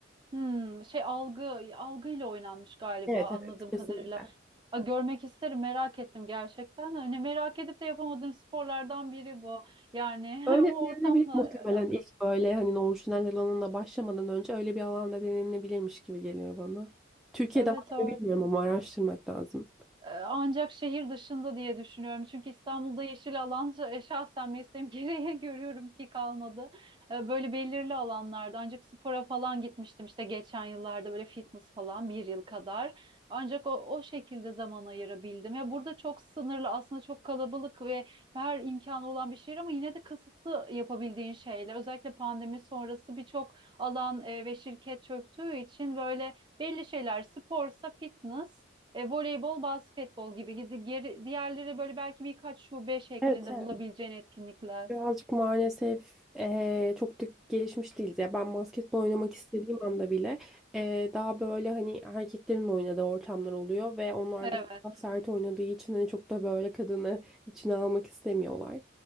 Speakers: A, on the right; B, in the centre.
A: Hmm, şey algı algıyla oynanmış galiba
B: Evet
A: anladığım
B: evet. Kesinlikle.
A: kadarıyla. A, görmek isterim merak ettim gerçekten. Hani merak edip de yapamadığım sporlardan biri bu. Yani
B: Öyle
A: <laughs> o
B: denenebilir
A: ortamla
B: muhtemelen
A: alakalı.
B: ilk böyle hani orijinal alanında başlamadan önce öyle bir alanda denenebilirmiş gibi geliyor bana. Türkiye'de
A: Evet
B: var
A: öyle.
B: mı bilmiyorum ama araştırmak lazım.
A: Ee, Ancak şehir dışında diye düşünüyorum. Çünkü İstanbul'da yeşil alan şa- şahsen mesleğim <laughs> gereği görüyorum ki kalmadı. Ee, Böyle belirli alanlarda ancak spora falan gitmiştim işte geçen yıllarda böyle fitness falan bir yıl kadar. Ancak o, o şekilde zaman ayırabildim. Ya burada çok sınırlı aslında çok kalabalık ve her imkanı olan bir şehir ama yine de kısıtlı yapabildiğin şeyler. Özellikle pandemi sonrası birçok alan e, ve şirket çöktüğü için böyle belli şeyler sporsa fitness e, voleybol, basketbol gibi gidi geri, diğerleri böyle belki birkaç şube şeklinde
B: Evet. evet.
A: bulabileceğin etkinlikler.
B: Birazcık maalesef eee, çok da gelişmiş değiliz. Ya ben basketbol oynamak istediğim anda bile eee, daha böyle hani erkeklerin oynadığı ortamlar oluyor ve onlar
A: Evet,
B: da çok daha sert oynadığı için hani çok da böyle kadını içine almak istemiyorlar.